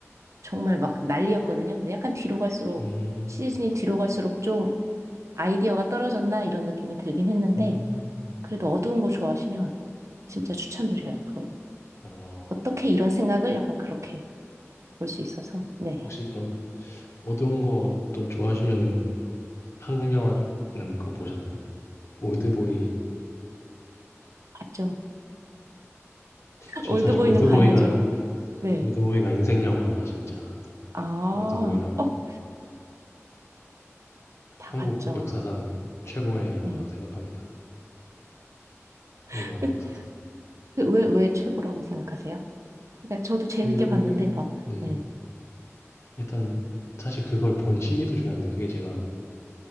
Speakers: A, on the right (about 75°); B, on the left (about 60°).
A: 정말 막 난리였거든요. 근데 약간 뒤로 갈수록
B: 음,
A: 시즌이 뒤로 갈수록 좀 아이디어가 떨어졌나 이런 느낌이 들긴 했는데
B: 음, 음.
A: 그래도 어두운 거 좋아하시면 진짜 추천드려요. 그거는.
B: 어,
A: 어떻게 이런 생각을 약간 그렇게 볼 수 있어서 네.
B: 혹시 그럼 어두운 거 또 좋아하시면은 한국 영화는 그거 보셨나요? 올드보이
A: 봤죠. <laughs>
B: 전
A: 올드보이는
B: 사실 올드보이가
A: 봐야죠. 네.
B: 올드보이가 인생 영화라 진짜
A: 아,
B: 올드보이랑
A: 어, 다
B: 한국
A: 봤죠.
B: 역사상 최고의 영화라
A: 응.
B: 생각합니다. 한국
A: <laughs>
B: 영화 역사상.
A: 그 왜, 왜 최고라고 생각하세요? 그러니까 저도 재밌게
B: 그
A: 봤는데 막,
B: 네.
A: 네,
B: 일단 사실 그걸 본 시기도 중요한데 그게 제가